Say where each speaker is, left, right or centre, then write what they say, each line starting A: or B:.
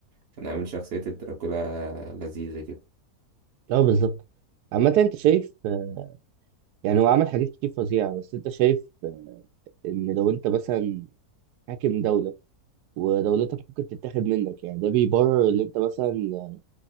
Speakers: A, on the right; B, on the right.
A: كان عامل شخصية الدراكولا لذيذة كده
B: لا بالظبط عامة انت شايف آه، يعني هو عمل حاجات كتير فظيعة بس انت شايف آه، ان لو انت مثلا حاكم دولة ودولتك ممكن تتاخد منك يعني ده بيبرر ان انت مثلا